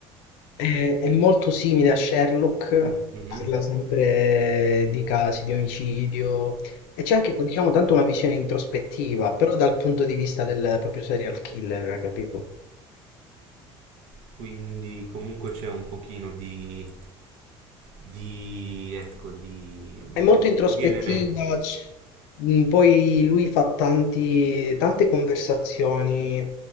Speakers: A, on the left; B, on the right.
A: è, è molto simile a Sherlock,
B: Mm, mhm.
A: parla sempre di casi di omicidio e c'è anche, diciamo, tanto una visione introspettiva, però dal punto di vista del proprio serial killer, capito?
B: Quindi comunque c'è un pochino di, di, ecco, di,
A: È molto introspettiva,
B: di elementi.
A: c- mm, poi lui fa tanti- tante conversazioni,